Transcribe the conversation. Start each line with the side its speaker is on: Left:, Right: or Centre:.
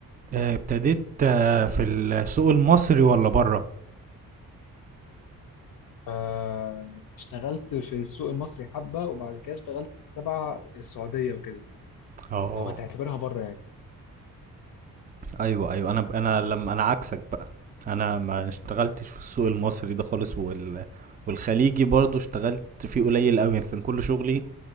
Right: آه، ابتديت آه، في السوق المصري ولا بره
Left: آه، اشتغلت في السوق المصري حبه وبعد كده اشتغلت تبع السعوديه وكده
Right: اه
Left: لو هتعتبرها بره يعني
Right: ايوه ايوه انا انا لما انا عكسك بقى انا ما اشتغلتش في السوق المصري ده خالص وال والخليجي برضو اشتغلت فيه قليل قوي يعني كان كل شغلي